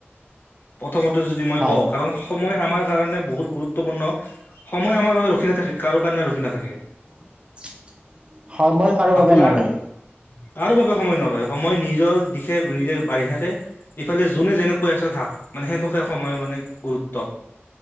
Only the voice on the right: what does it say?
হয়
<inaudible> কাৰো বাবে
নৰয়